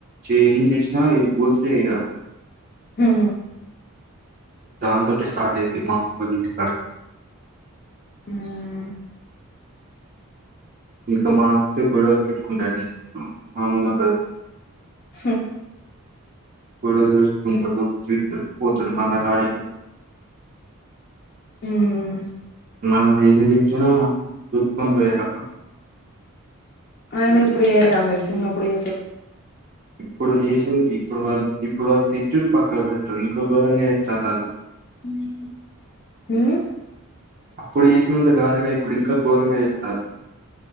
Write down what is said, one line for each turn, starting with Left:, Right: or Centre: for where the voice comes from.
Right: ఏం చేసినా ఏడికి పోతలే ఇగ.
Left: ఉమ్.
Right: దాంతోంటే స్టార్ట్ అయిద్ది మా అమ్మమ్మమోల ఇంటి కాడ.
Left: ఉమ్.
Right: ఇంకా మా అమ్మతో గొడవలు పెట్టుకుంటాది మా అమ్మమ్మతోటి.
Left: ఉమ్.
Right: ఉంటాడు తిడతాడు పోతాడు మల్ల రాడు ఇక.
Left: ఉమ్.
Right: ఆహ్ ఎదురొచ్చినా చూసుకొని పోయే రకం.
Left: అయినా ఇప్పుడు చేయరు కదా చిన్నప్పుడు చేసిండ్రు.
Right: ఇప్పుడు చేసింది ఇప్పుడు వాళ్ళ ఇప్పుడు వాళ్ళ తిట్టులు పక్కన పెట్టు. ఇప్పుడు బోనిగా చేస్తుండటా.
Left: ఉమ్ ఉమ్.
Right: ఇప్పుడు చేసినంత కాదుగా ఇప్పుడు ఇంకా ఘోరంగా ఎత్తాండు.